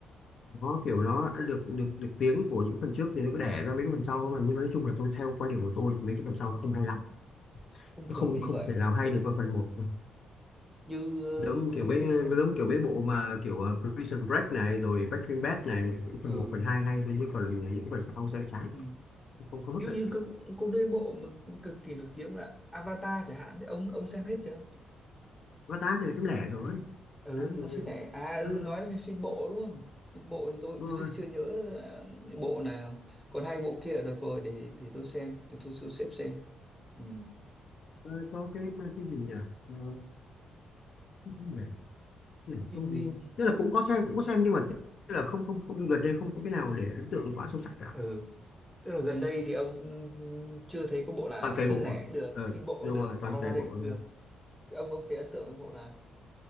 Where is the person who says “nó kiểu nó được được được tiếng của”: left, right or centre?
Left